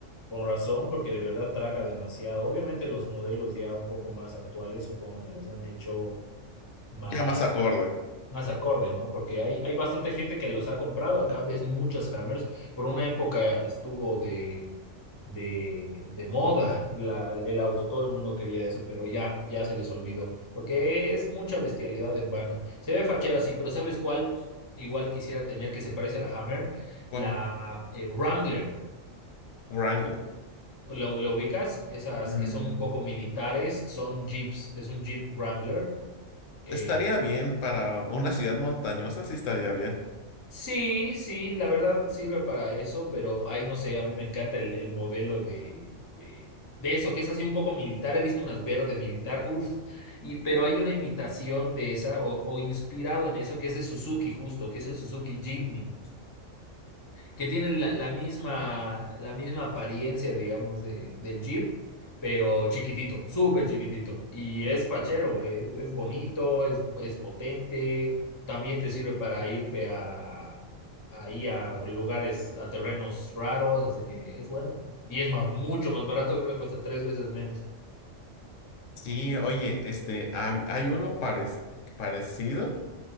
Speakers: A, on the left (about 25°); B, on the left (about 75°).
A: Con razón, porque de verdad traga demasiado. Obviamente los modelos ya un poco más actuales supongo que los han hecho más,
B: Ya más acorde.
A: más acorde, ¿no? Porque hay, hay bastante gente que los ha comprado. Acá ves muchas Hammers. Por una época estuvo de, de, de moda la- el auto, todo el mundo quería eso, pero ya, ya se les olvidó, porque es mucha bestialidad en vano. Se ve fachera, sí, pero ¿sabes cuál? Igual quisiera tener que se parece a la Hammer,
B: Bueno,
A: la eh, Wrangler.
B: Wrangler.
A: ¿Lo, lo ubicas? Esas
B: Mm,
A: que son un poco militares, son Jeeps, es un Jeep Wrangler. Eh,
B: estaría bien para una ciudad montañosa, sí estaría bien.
A: sí, sí, la verdad sirve para eso, pero ay, no sé, a mí me encanta el, el modelo de, de, de eso, que es así un poco militar. He visto unas verde militar, uff, y, pero hay una imitación de esa o, o inspirado en eso que es de Suzuki justo, que es el Suzuki Jimny. que tienen la, la misma, la misma apariencia, digamos, de, del Jeep, pero chiquitito, súper chiquitito. Y es fachero, es, es bonito, es, es potente, también te sirve para irte a, ahí a lugares, a terrenos raros, así que es bueno. Y es más, mucho más barato, creo que cuesta tres veces menos.
B: Sí, oye, este, hab- hay uno parec- parecido.